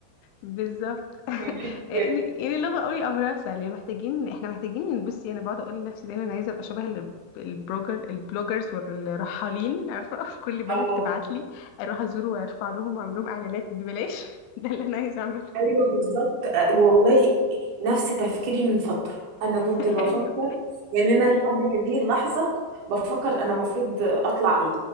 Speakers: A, on the left; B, on the right.
A: بالظبط <laughs>
B: وان انت
A: يعني يعني اللغه قوي امرها سهل يعني محتاجين احنا محتاجين بصي انا بقعد اقول لنفسي دايما انا عايزه ابقى شبه الب- البروجر البلوجرز والرحالين عارفه <laughs> كل بلد
B: اه
A: تبعت لي اروح ازور وارفع لهم واعمل لهم اعلانات ببلاش <laughs> ده اللي انا عايزه اعمله
B: ايوه بالظبط أ- والله نفس تفكيري من فتره انا كنت
A: <laughs>
B: بفكر
A: ايوه
B: يعني انا لحد هذه اللحظه بفكر انا المفروض اطلع ايه